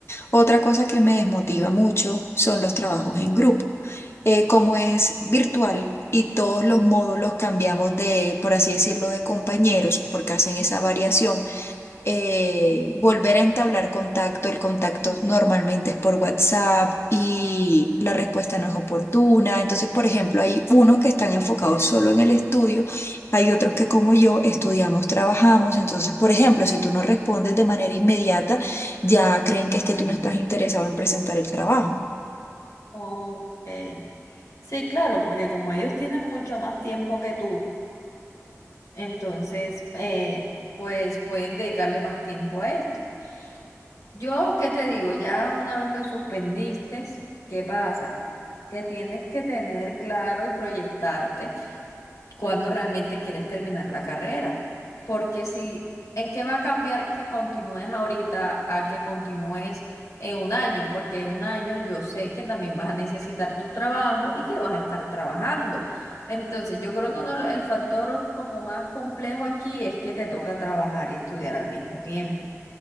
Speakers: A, on the left; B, on the left.
A: otra cosa que me desmotiva mucho son los trabajos en grupo. Eh, como es virtual y todos
B: Mm,
A: los módulos cambiamos de, por así decirlo, de compañeros, porque hacen esa variación eh, volver a entablar contacto. El contacto normalmente es por WhatsApp y la respuesta no es oportuna. Entonces, por ejemplo, hay unos que están enfocados solo en el estudio, hay otros que como yo estudiamos, trabajamos. Entonces, por ejemplo, si tú no respondes de manera inmediata, ya creen que es que tú no estás interesado en presentar el trabajo.
B: Ok. Sí, claro, porque como ellos tienen mucho más tiempo que tú, entonces, eh, pues pueden dedicarle más tiempo a esto. Yo, ¿qué te digo? Ya una vez lo suspendiste, ¿qué pasa? Que tienes que tener claro y proyectarte. cuando realmente quieres terminar la carrera. Porque si, ¿en qué va a cambiar que continúes ahorita a que continúes en un año? Porque en un año yo sé que también vas a necesitar tu trabajo y que vas a estar trabajando. Entonces, yo creo que uno, de lo- el factor como más complejo aquí es que te toca trabajar y estudiar al mismo tiempo.